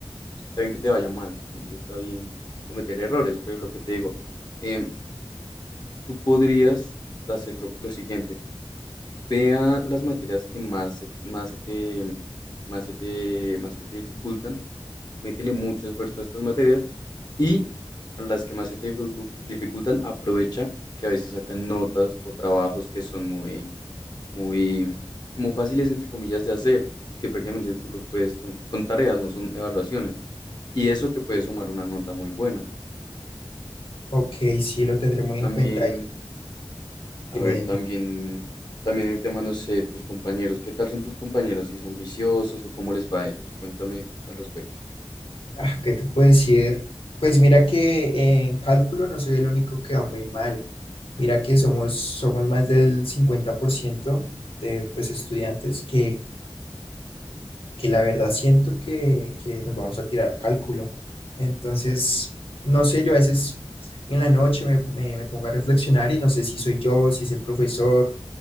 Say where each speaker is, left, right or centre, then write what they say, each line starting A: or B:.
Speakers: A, on the left; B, on the left.
A: está bien que te vaya mal. Siempre está bien cometer errores. Pero lo que te digo, em, tú podrías hacer lo, lo siguiente. Vea las materias que más, se- más, se te, más, se te, más que te dificultan, métele mucho esfuerzo a estas materias y a las que más se te dificultu- dificultan, aprovecha que a veces sacan notas o trabajos que son muy, muy como fáciles entre comillas de hacer y que prácticamente tú los puedes, son, son tareas, no son evaluaciones. Y eso te puede sumar una nota muy buena.
B: Ok, sí, lo tendré muy
A: También
B: en cuenta y
A: A
B: dime,
A: ver,
B: dime.
A: también, también el tema, no sé, tus compañeros, ¿qué tal son tus compañeros? ¿Si son juiciosos o cómo les va a ellos? Cuéntame al respecto.
B: Ah, ¿qué te puedo decir? Pues mira que en cálculo no soy el único que va muy mal. Mira que somos, somos más del 50% de pues, estudiantes que, que la verdad siento que, que nos vamos a tirar cálculo. Entonces, no sé, yo a veces en la noche me, me me pongo a reflexionar y no sé si soy yo, si es el profesor